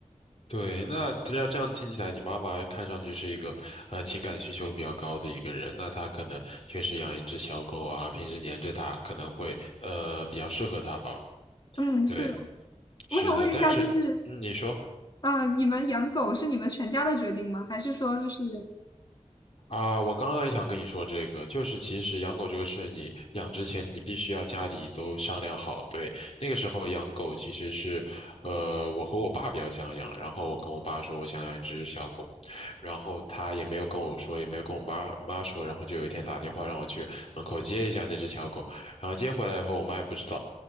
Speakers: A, on the left (about 55°); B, on the left (about 35°).
A: 对，那这样这样听起来，你妈妈看上去是一个呃情感需求比较高的一个人，那她可能确实养一只小狗啊，平时黏着它，可能会呃比较适合她吧。
B: 嗯，
A: 对，
B: 是的。我想问一下，
A: 是的，但是嗯，
B: 就是，
A: 你说
B: 呃，你们养狗是你们全家的决定吗？还是说就是，
A: 啊，我刚刚也想跟你说这个，就是其实养狗这个事，你养之前你必须要家里都商量好。对，那个时候养狗其实是，呃，我和我爸比较想养，然后我跟我爸说我想养一只小狗。然后他也没有跟我说，也没有跟我妈妈说，然后就有一天打电话让我去门口接一下那只小狗，然后接回来以后，我妈也不知道。